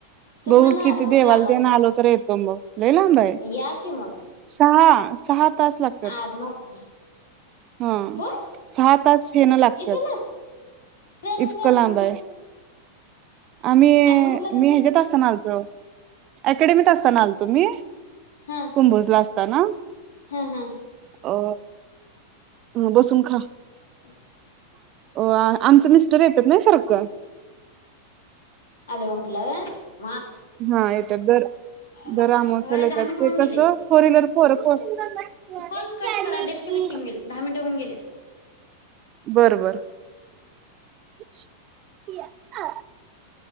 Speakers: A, on the left; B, on the right.
A: तुम्हाला
B: बघु कि
A: आदमापूर
B: ती देवाला
A: लांब असणार
B: ते ना आलो तर येतो मग लई लांब हाय
A: या की मग.
B: सहा सहा तास लागत्यात
A: आदमापूरला
B: ह
A: होय
B: सहा तास हेणं लागत्यात
A: इथं लांब कधी आलतासा
B: इतक लांब
A: आदमापूरला?
B: हाय आम्ही
A: आदमापूरला
B: मी
A: कधी?
B: हेच्यात असत ना आलतो अकॅडमीत असताना आलतो मी?
A: हा
B: कुंभोजला असता ना
A: हा हा.
B: अ बसून खा
A: <inaudible>
B: वा आमचं मिस्टर येत्यात नई सारखं
A: आदमापूर ला <unintelligible>
B: हा येत्यात दर
A: लांब
B: दर
A: नाहीये
B: अमावास्येला
A: जवळ
B: येत्यात
A: दहा मिनिट होऊन
B: ते
A: गेलेत.
B: कस फोर व्हीलर पोरं पोरं
A: कॉल
B: <unintelligible> शी
A: कट
B: आलंय
A: करा डिस्कनेक्टिंग
B: शी
A: होईल दहा मिनिटं होऊन गेलेत.
B: बर बर <unintelligible>